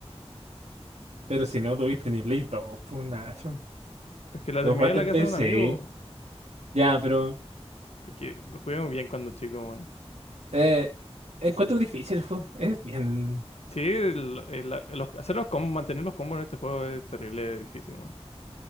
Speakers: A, on the right; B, on the left.
A: Pero si no tuviste ni Play 2, pues Nacho.
B: Pues que la
A: Lo
B: terminé
A: jugaste
B: en la
A: en
B: casa
A: PC.
B: de un amigo.
A: Ya, pero...
B: Es que lo jugué muy bien cuando chico, man.
A: Eh, encuentro difícil el juego. Es bien...
B: Sí, el- el- los- hacer los combos, mantener los combos en este juego es terrible difícil, man.